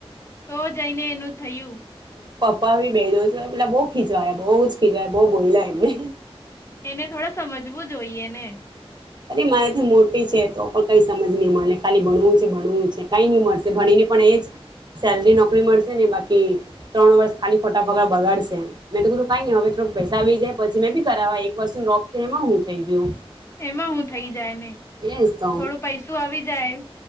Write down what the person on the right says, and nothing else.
પા બી જાઉં છું પેલા બઉુ ખીચવા બહુ જ ખીચવા બહુ બોલલા એમને.
અરે મારાથી મોટી છે તો પણ કઈ સમજ નહી મને ખાલી ભણવું છે ભણવું છે કઈ નહીં મળશે ભણીને પણ એ જ સેલરી નોકરી મળશે ને બાકી ત્રણ વર્ષ ખાલી ખોટા બગા બગાડશે મેં તો કીધું કઈ ન હવે થોડક પૈસા આવી જાય પછી મે બી કરાવવા એક વર્ષ નું ડ્રોપ એમાં હું થઈ ગયું.
એજ તો